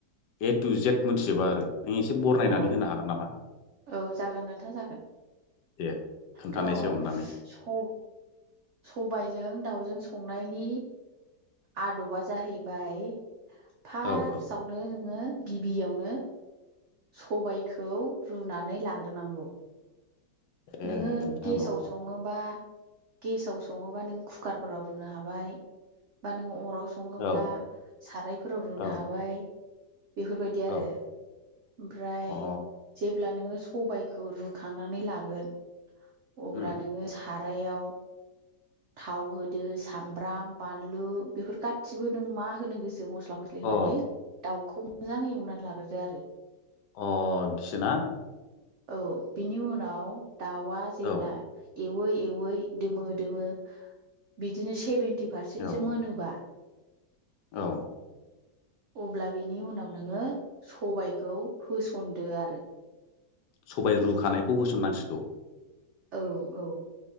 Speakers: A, on the left; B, on the right.
A: ए टु जेद मोनथिजोबा आरो नों एसे बरनायनानै
B: अ
A: होनो हागोन नामा
B: औ जागोन नोंथां जागोन
A: दे खोन्थानायसै
B: थ'
A: अननानै
B: सब‌ सबायजों दाउजों संनायनि आद'बा जाहैबाय फार्स्टआवनो
A: औ औ
B: नोङो गिबियावनो सबायखौ रुनानै लाग्रोनांगौ
A: ए
B: नोङो
A: नोंथां
B: गेसाव
A: औ
B: सङोबा गेसाव सङोबा नों कुकारफोराव रुनो हाबाय बा नों अराव सङोब्ला
A: औ
B: सारायफोराव रुनो
A: औ
B: हाबाय बेफोरबायदि आरो
A: औ
B: ओमफ्राय
A: अ
B: जेब्ला नोङो सबायखौ रुखांनानै लागोन अब्ला
A: उम
B: नोङो सारायाव थाव होदो सामब्राम बानलु बेफोर गासिबो नों मा होनो गोसो मस्ला मस्ला मस्लि होनानै
A: अ
B: दाउखौ मोजाङै एवनानै लाग्रोदो आरो
A: अ बिदिसोना
B: औ बिनि उनाव दाउआ जेब्ला
A: औ
B: एवै एवै दोमो दोमो बिदिनो सेभेन सेभेन्टि फारसेन्त
A: औ
B: सो मोनोबा
A: औ
B: अब्ला बिनि उनाव नोङो सबायखौ होसनदो आरो
A: सबाय रुखानायखौ होसननांसिगौ
B: औ औ